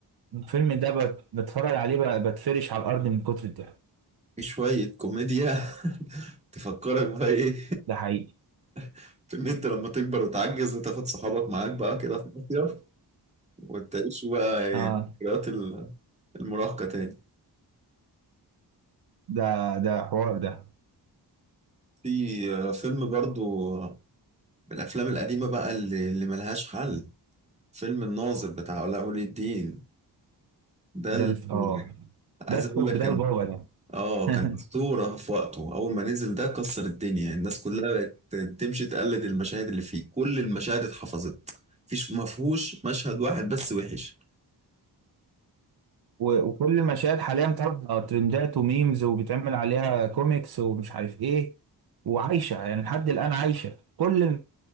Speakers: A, on the right; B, on the right.
A: الفيلم ده بت- بتفرج عليه بقى بتفرش على الارض من كتر الضحك
B: في شوية كوميديا <laughs> تفكرك بقى ايه
A: ده حقيقي
B: <laughs> في ان انت لما تكبر وتعجز وتاخد صحابك معاك بقى كده في مصيف وتعيشوا بقى إيه
A: اه
B: ذكريات ال- المراهقة تاني
A: ده ده حوار ده
B: في آه، فيلم برضو آه، من الأفلام القديمة بقى اللي, اللي ملهاش حل فيلم الناظر بتاع علاء ولي الدين ده
A: ده
B: اللي
A: الف... اه
B: عايز
A: ده الحب
B: أقول لك
A: ده
B: كان
A: البابا ده
B: اه
A: <laughs>
B: كان أسطورة في وقته أول ما نزل ده كسر الدنيا الناس كلها بقت تمشي تقلد المشاهد اللي فيه كل المشاهد اتحفظت مفيش مفهوش مشهد واحد بس وحش
A: و- وكل مشاهد حاليا طالعه ترندات وميمز وبيتعمل عليها كوميكس ومش عارف ايه وعايشه يعني لحد الان عايشه كل